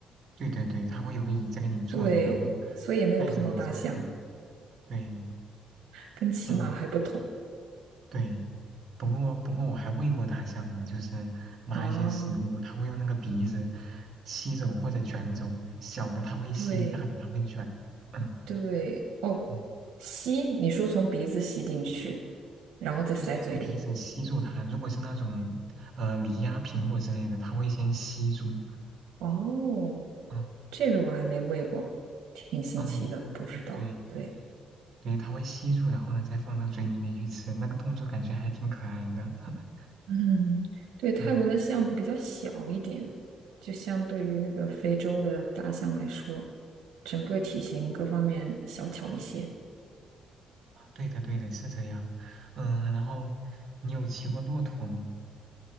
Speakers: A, on the right (about 55°); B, on the right (about 80°).
A: 对对对，他会有个椅子给你坐着，
B: 对，
A: 然后
B: 所以也没有碰到大象，
A: 带着你走。对对，
B: 跟骑马还不同
A: 嗯对。不过不过我还喂过大象呢，就是拿一些食物，
B: 啊。
A: 它会用那个鼻子吸走或者卷走，小的它会吸，
B: 对，
A: 大的它会卷。嗯
B: 对，哦，
A: 嗯，
B: 吸，你说从鼻子吸进去，然后再塞嘴里。
A: 就是用鼻子吸住它。如果是那种呃梨呀、苹果之类的，它会先吸住。
B: 哦，
A: 嗯
B: 这个我还没喂过，挺新奇的，
A: 嗯，
B: 不知道。
A: 对
B: 对
A: 对，它会吸住，然后呢再放到嘴里面去吃。那个动作感觉还挺可爱的。<laughs>
B: <laughs>，嗯，对，泰国的象比较小一点，
A: 嗯。
B: 就相对于那个非洲的大象来说，整个体型各方面小巧一些。
A: 对的，对的，是这样。嗯，然后你有骑过骆驼吗？